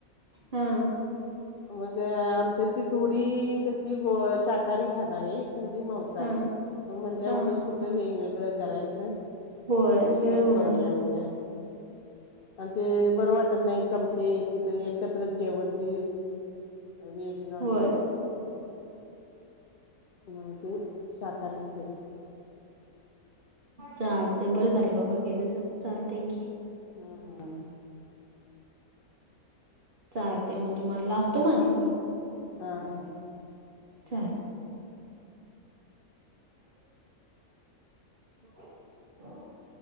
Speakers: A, on the right (about 50°); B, on the left (about 75°).
A: हम्म.
B: मग आमच्या ती थोडी कशी ग शाकाहारी खाणार हाईत. थोडी मौसाहारी
A: हा
B: मगं म्हटल्या
A: हा
B: उगाच कुठं वेगवेगळं करायचं
A: होय
B: एकच
A: वेळ होणार
B: करूया म्हटलं. आणि ते बरं वाटत नाही चमचे तिथ एकत्रच जेवण त व्हेज, नॉन
A: होय
B: व्हेज. म्हणतो शाकाहारीच केले.
A: चालत बरं झालं बाबा गेल्यासाठी, चालते की.
B: हम्मम.
A: चालते मग तुम्हाला लावतो मग आणि फोन.
B: हा हा.
A: चाल. <unintelligible> <inaudible>